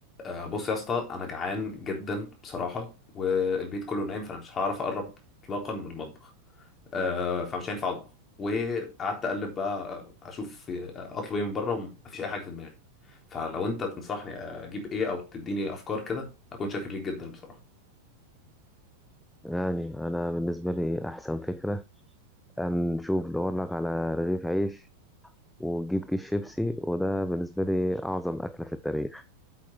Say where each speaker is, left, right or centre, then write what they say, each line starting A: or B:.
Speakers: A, on the left; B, in the centre.
A: آه، بص يا اسطى انا جعان جدا بصراحه والبيت كله نايم فانا مش هعرف اقرب اطلاقا من المطبخ آه، فمش هينفع اطبخ وقعدت اقلب بقى آه، اشوف آه، اطلب ايه من بره ومفيش اي حاجه في دماغي فلو انت تنصحني اجيب ايه او تديني افكار كده اكون شاكر ليك جدا بصراحه
B: يعني أنا بالنسبة لي أحسن فكرة أن نشوف دور لك على رغيف عيش وتجيب كيس شيبسي وده بالنسبة لي أعظم أكلة في التاريخ